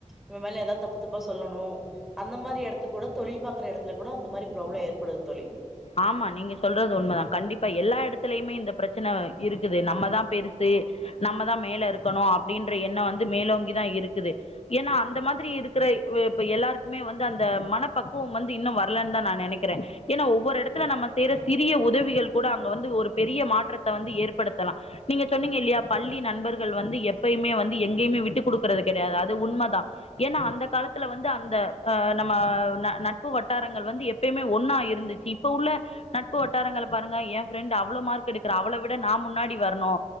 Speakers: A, in the centre; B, on the left.
A: இவ மேல ஏதாவ் தப்பு தப்பா சொல்லனு அந்த மாரி எடத்து கூட தொழில் பாக்கற எடத்துல கூட அந்த மாரி ப்ராப்ளோ ஏற்படு தோழி
B: ஆமா நீங்க சொல்றது உண்மதா கண்டிப்பா எல்லா யடத்துலயுமே இந்த ப்ரச்சனவ் இருக்குது நம்மதா பெருசு நம்மதா மேல இருக்கணு அப்டின்ற எண்ணோ வந்து மேலோங்கிதா இருக்குது ஏன்னா அந்த மாதிரி இருக்குறய் இவெ இப்ப எல்லார்க்குமே வந்து அந்த மனப்பக்குவம் வந்து இன்னு வரலன் தா நா நெனக்கிறே ஏ நா ஒவ்வொரு எடத்துல நம்ம செய்ற சிறிய உதவிகள் கூட அங்க வந்து ஒரு பெரிய மாற்றத்த வந்து ஏற்படுத்தலா நீங்க ச்சொன்னீங்க இல்யா பள்ளி நண்பர்கள் வந்து எப்பயுமே வந்து எங்கேமே விட்டுக் கொடுக்கறது கிடையாது அது உண்மதா ஏன்னா அந்த காலத்துல வந்து அந்த அ நம்மவ் ந நட்பு வட்டாரங்கள் வந்து எப் எப்பய்மே ஒண்ணா இருந்துச்சி இப்ப உள்ள நட்பு வட்டாரங்கள பாருங்க எ ஃப்ரெண்டு் அவ்ளோ மார்க் எடுக்குறா அவள விட நா முன்னாடி வர்ணு